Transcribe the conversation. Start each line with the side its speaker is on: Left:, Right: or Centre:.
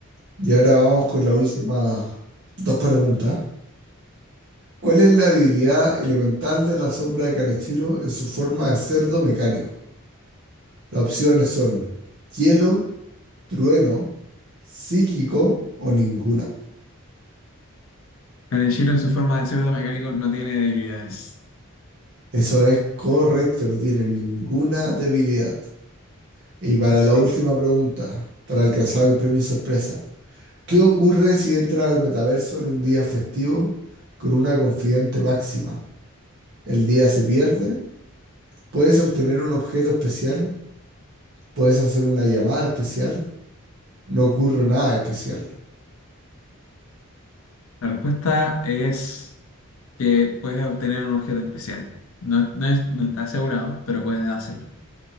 Right: Y ahora vamos con la última dos preguntas. ¿Cuál es la habilidad elemental de la sombra de Kaneshiro en su forma de cerdo mecánico? Las opciones son hielo, trueno, psíquico o ninguna.
Left: Kaneshiro en su forma de cerdo mecánico no tiene debilidades.
Right: Eso es correcto, no tiene ninguna debilidad. Y para
Left: Eh, Sí.
Right: la última pregunta, para alcanzar el premio sorpresa, ¿qué ocurre si entras al metaverso en un día festivo con una confidente máxima? ¿El día se pierde? ¿Puedes obtener un objeto especial? ¿Puedes hacer una llamada especial? No ocurre nada especial.
Left: La respuesta es que puedes obtener un objeto especial. No, no es- no está asegurado, pero puedes hacerlo.